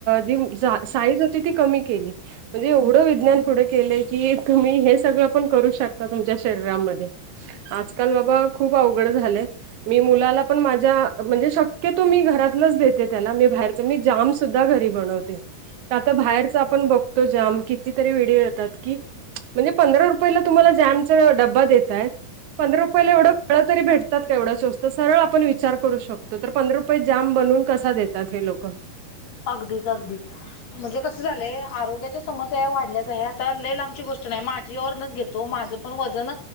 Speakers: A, on the right; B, on the left.
A: जी... अ... साईज होती ती कमी केली म्हणजे, एवढं विज्ञान पुढं गेलंय की, तुम्ही हे सगळं पण करू शकता तुमच्या शरीरामध्ये. आजकाल बाबा... खूप अवघड झालेय मी मुलाला पण माझ्या... म्हणजे शक्यतो मी घरातलंच देते त्याला... मी बाहेरच... मी जाम सुद्धा घरी बनवते. का... तर... बाहेरचं आपण बघतो जाम.... कितीतरी व्हडिओ येतात कि म्हणजे पंधरा रुपयाला तुम्हाला जॅमचा डबा देतायत पंधरा रुपयाला, एवढे फळं भेटतात का, एवढं स्वस्त तर सरळ आपण विचार करू शकतो, तर पंधरा रुपयात जाम बनवून कसा देतात हे लोकं
B: अगदीच अगदीच म्हणजे कसं झालंय आरोग्याच्या समस्या वाढल्याच आहे आता लय लांबची गोष्ट नाही माझी र्नच घेत तो माझं पण वजन